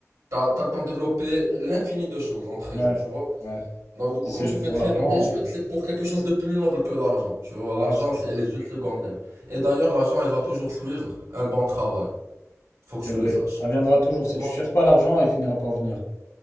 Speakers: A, on the right (about 80°); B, on the left (about 80°).
A: T'as, t'as le temps de développer l'infini de choses en treize
B: Ouais,
A: ans, tu vois.
B: ouais.
A: Donc, du
B: Si
A: coup, quand
B: c'est
A: tu
B: juste
A: fais
B: pour
A: très
B: l'argent,
A: dans tes c'est pour quelque chose de plus noble que l'argent. Tu vois, l'argent,
B: euh, ouais, c'est
A: c'est-
B: vrai.
A: elle est juste secondaire. Et d'ailleurs, l'argent, elle va toujours suivre un bon travail. Faut
B: C'est
A: que tu
B: vrai.
A: le saches.
B: Ça viendra toujours.
A: Tu
B: Si
A: vois,
B: tu cherches pas l'argent, il finira par venir.